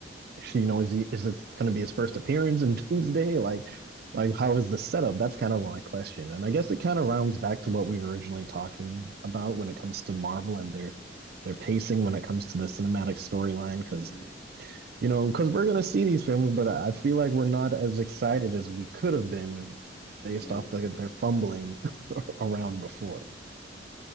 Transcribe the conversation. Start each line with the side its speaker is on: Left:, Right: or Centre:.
Right: you know, is he is this going to be his first appearance in Doomsday? Like, like how is the setup? That's kind of my question, and I guess it kind of rounds
Left: hmm
Right: back to what we were originally talking about when it comes to Marvel and their their pacing when it comes to the cinematic storyline. Because
Left: hmm
Right: you know, because we're going to see these films, but I feel like we're not as excited as we could have been based
Left: hmm
Right: off the, their fumbling around before.